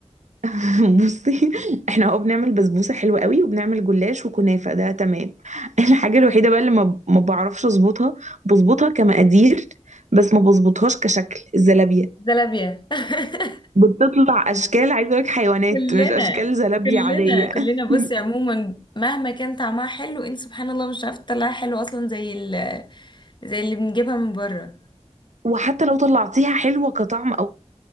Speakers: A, on the right (about 85°); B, on the left (about 40°).
A: <laughs> بصي احنا اه بنعمل بسبوسه حلوه قوي وبنعمل جلاش وكنافه ده تمام <laughs> الحاجه الوحيده بقى اللي ما ما بعرفش اظبطها بظبطها كمقادير بس ما بظبطهاش كشكل الزلابيه
B: زلابية <laughs>
A: بتطلع اشكال عايزه اقول لك حيوانات
B: كلنا
A: مش اشكال زلابيه
B: كلنا
A: عاديه
B: كلنا
A: <laughs>
B: بصي عموما مهما كان طعمها حلو انت سبحان الله مش عارفه تطلعها حلو اصلا زي ال زي اللي بنجيبها من بره
A: وحتى لو طلعتيها حلوه كطعم او